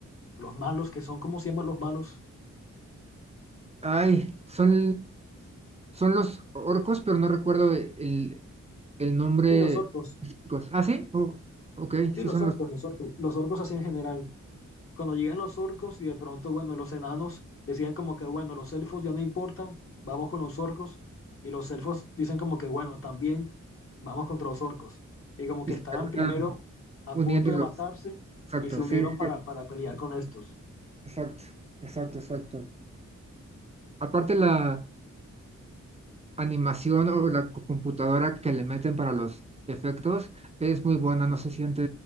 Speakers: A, on the left; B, on the right.
A: los malos, que son, ¿cómo se llaman los malos?
B: Ay, son, son los orcos, pero no recuerdo el, el nombre.
A: Sí, los orcos.
B: específico. Ah, sí, oh, ok, sí
A: Sí, los
B: son
A: orcos,
B: los.
A: los orcos. Los orcos así en general. cuando llegan los orcos y de pronto, bueno, los enanos decían como que, bueno, los elfos ya no importan, vamos con los orcos. Y los elfos dicen como que, bueno, también vamos contra los orcos. Y como
B: Y
A: que
B: se
A: estaban
B: terminan
A: primero a
B: uniendo
A: punto de
B: los.
A: matarse
B: Exacto,
A: y se unieron
B: sí,
A: para,
B: sí,
A: para pelear con estos.
B: exacto, exacto, exacto. Aparte la animación o la co- computadora que le meten para los efectos es muy buena, no se siente